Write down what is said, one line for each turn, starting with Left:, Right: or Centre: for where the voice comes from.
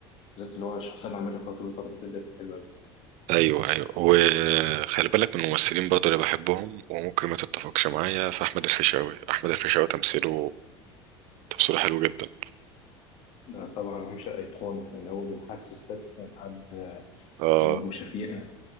Left: بالذات اللي هو الشخصية اللي عملها خاطر الفترة اللي فاتت حلوة أوي
Right: ايوه ايوه وخلي بالك من الممثلين برضو اللي بحبهم وممكن ما تتفقش معايا في احمد الفيشاوي احمد الفيشاوي تمثيله تمثيله حلو جدا
Left: آه، طبعا أهم شيء أيقونة من أول الحاسة السادسة لحد آه،
Right: اه
Left: تيمور وشفيقة